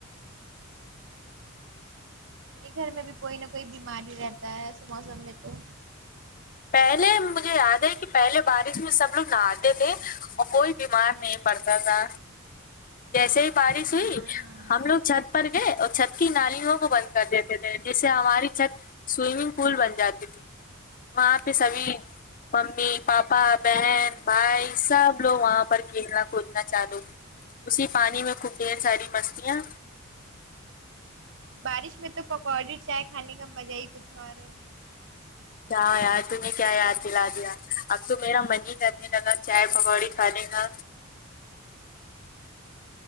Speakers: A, on the right; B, on the left.
A: میرے گھر میں بھی کوئی نہ کوئی بیماری رہتا ہے ایسے موسم میں تو
B: پہلے مجھے یاد ہے کہ پہلے بارش میں سب لوگ نہاتے تھے اور کوئی بیمار نہیں پڑتا تھا جیسے ہی بارش
A: ہاں
B: ہوئی
A: ہاں
B: ہم لوگ چھت پر گئے اور چھت کی نالیوں کو بند کر دیتے تھے جس سے ہماری چھت سوئمنگ پول بن جاتی تھی وہاں پہ سبھی ممی پاپا بہن بھائی سب لوگ وہاں پر کھیلنا کودنا چالو اسی پانی میں خوب ڈھیر ساری مستیاں
A: بارش میں تو پکوڑی چائے کھانے کا مزہ ہی کچھ اور ہے
B: کیا یار تو نے کیا یاد دلا دیا اب تو میرا من ہی کرنے لگا چائے پکوڑی کھانے کا